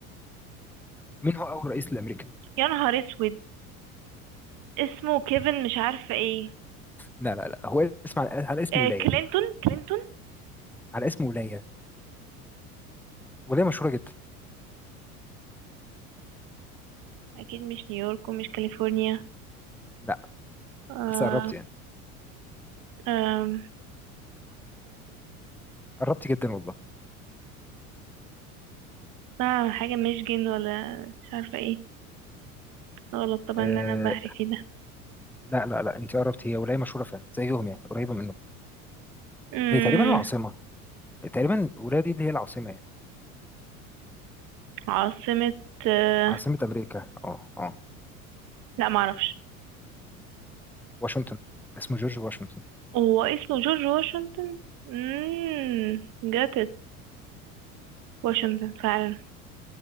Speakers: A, in the centre; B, on the right.
A: مين هو أول رئيس لأمريكا؟
B: يا نهار اسود اسمه كيفن مش عارفه ايه
A: لا لا لا هو اسم على, على اسم
B: آه
A: ولاية
B: كلينتون كلينتون
A: على اسم ولاية ولاية مشهورة جدا
B: اكيد مش نيويورك ومش كاليفورنيا
A: لا
B: آه
A: بس قربت يعني
B: آه
A: قربت جدا والله
B: آه حاجه ميشيغان ولا مش عارفه ايه غلط طبعا
A: أه
B: اللي انا بهري فيه ده
A: لا لا لا أنت قربت هي ولاية مشهورة فعلا زيهم يعني قريبة منهم
B: امم
A: هي تقريبا العاصمة تقريبا الولاية دي اللي هي العاصمة يعني
B: عاصمه آه
A: عاصمة أمريكا اه اه
B: لا معرفش
A: واشنطن اسمه جورج واشنطن
B: هو اسمه جورج واشنطن امم جت واشنطن فعلا